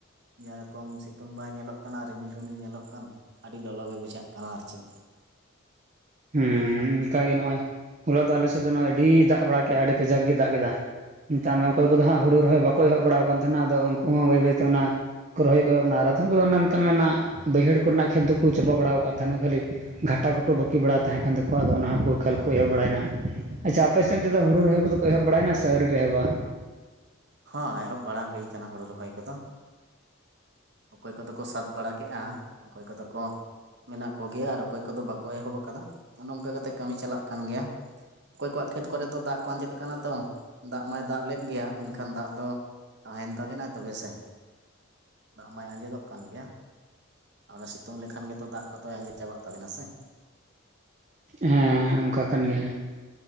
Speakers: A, on the right; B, on the right.
A: ᱡᱮᱨᱚᱠᱚᱢ ᱥᱤᱛᱩᱝ ᱵᱟᱭ ᱧᱮᱞᱚᱜ ᱠᱟᱱᱟ ᱨᱤᱢᱤᱞᱼᱨᱤᱢᱤᱞ ᱧᱮᱞᱚᱜ ᱠᱟᱱ ᱟᱹᱰᱤ ᱞᱚᱞᱚ ᱜᱮ ᱵᱩᱡᱷᱟᱹᱜ ᱠᱟᱱᱟ ᱟᱨ ᱪᱮᱫ
B: ᱦᱮᱸ ᱚᱱᱠᱟ ᱜᱮ ᱱᱚᱜᱼᱚᱭ ᱦᱚᱞᱟ ᱫᱚ ᱟᱞᱮᱥᱮᱫ ᱫᱚ ᱱᱚᱜᱚᱭ ᱟᱹᱰᱤ ᱫᱟᱜ ᱵᱟᱲᱟ ᱠᱮᱫᱟ ᱟᱹᱰᱤ ᱠᱟᱡᱟᱠ ᱜᱮ ᱫᱟᱜ ᱠᱮᱫᱟ ᱢᱮᱛᱟᱜ ᱢᱮ ᱚᱠᱚᱭ ᱠᱚᱫᱚ ᱦᱟᱸᱜ ᱦᱩᱲᱩ ᱨᱚᱦᱚᱭ ᱵᱟᱠᱚ ᱮᱦᱚᱵ ᱵᱟᱲᱟᱣ ᱠᱟᱱ ᱛᱟᱦᱮᱱᱟ ᱟᱫᱚ ᱩᱱᱠᱩ ᱦᱚᱸ ᱵᱟᱹᱭ ᱵᱟᱹᱭ ᱛᱮ ᱚᱱᱟ ᱨᱚᱦᱚᱭ ᱠᱚᱫᱚ ᱢᱮᱱᱟᱜ ᱟᱫᱷᱚᱢ ᱠᱚᱫᱚ ᱚᱱᱟ ᱢᱮᱱᱟᱜ ᱾ᱚᱱᱟ ᱵᱟᱹᱭᱦᱟᱹᱲ ᱠᱚᱨᱮ ᱠᱷᱮᱛ ᱫᱚᱠᱚ ᱪᱟᱵᱟ ᱵᱟᱲᱟ ᱟᱠᱟᱜ ᱛᱟᱦᱮᱱᱟ ᱠᱷᱟᱹᱞᱤ᱾ ᱜᱷᱟᱴᱟ -ᱜᱷᱩᱴᱩ ᱵᱟᱠᱤ ᱵᱟᱲᱟ ᱛᱟᱦᱮᱸ ᱠᱟᱱ ᱛᱟᱠᱚᱣᱟ ᱾ ᱟᱫᱚ ᱚᱱᱟ ᱦᱚᱸ ᱠᱚ ᱮᱠᱟᱞ ᱠᱚ ᱮᱦᱚᱵ ᱵᱟᱲᱟᱭᱮᱱᱟ᱾ ᱟᱪᱷᱟ, ᱟᱯᱮ ᱥᱮᱱ ᱛᱮᱫ ᱦᱳᱲᱳ ᱨᱚᱦᱚᱭ ᱠᱚ ᱫᱚ ᱮᱦᱚᱵ ᱵᱟᱲᱟᱭᱮᱱᱟ ᱥᱮ ᱟᱹᱣᱨᱤ ᱯᱮ ᱮᱦᱚᱵᱟ᱾
A: ᱦᱚᱸ ᱮᱦᱚᱵ ᱵᱟᱲᱟ ᱦᱩᱭ ᱠᱟᱱᱟ ᱦᱩᱲᱩ ᱨᱚᱦᱚᱭ ᱠᱚᱫᱚ ᱚᱠᱚᱭ ᱠᱚᱫᱚ ᱠᱚ ᱥᱟᱫᱽ ᱵᱟᱲᱟ ᱠᱮᱜᱼᱟ ᱚᱠᱚᱭ ᱠᱚᱫᱚ ᱠᱚ ᱢᱮᱱᱟᱜ ᱠᱚ ᱜᱮᱭᱟ ᱟᱨ ᱚᱠᱚᱭ ᱠᱚᱫᱚ ᱵᱟᱠᱚ ᱮᱦᱚᱵ ᱟᱠᱟᱫᱟ ᱚᱱᱮ ᱱᱚᱝᱠᱟ ᱠᱟᱛᱮᱜ ᱠᱟᱹᱢᱤ ᱪᱟᱞᱟᱜ ᱠᱟᱱ ᱜᱮᱭᱟ ᱚᱠᱚᱭ ᱠᱚᱣᱟᱜ ᱠᱷᱮᱛ ᱠᱚᱨᱮ ᱫᱚ ᱫᱟᱜ ᱠᱚ ᱟᱸᱡᱮᱫ ᱟᱠᱟᱱᱟ ᱛᱚ ᱫᱟᱜ ᱢᱟᱭ ᱫᱟᱜ ᱞᱮᱫ ᱜᱮᱭᱟ ᱢᱮᱱᱠᱷᱟᱱ ᱠᱷᱟᱱ ᱫᱟᱜ ᱫᱚ ᱛᱟᱦᱮᱱ ᱛᱟᱵᱮᱱᱟ ᱛᱚᱵᱮ ᱥᱮ ᱫᱟᱜ ᱢᱟᱭ ᱟᱸᱡᱮᱫᱚᱜ ᱠᱟᱱ ᱜᱮᱭᱟᱹ ᱟᱫᱚ ᱥᱤᱛᱩᱝ ᱞᱮᱠᱷᱟᱱ ᱜᱮᱛᱚ ᱫᱟᱜ ᱠᱚᱫᱚᱭ ᱟᱸᱡᱮᱫ ᱪᱟᱵᱟᱜ ᱛᱟᱵᱮᱱᱟ ᱥᱮ
B: ᱦᱮᱸ ᱚᱱᱠᱟ ᱠᱟᱱ ᱜᱮᱭᱟᱹ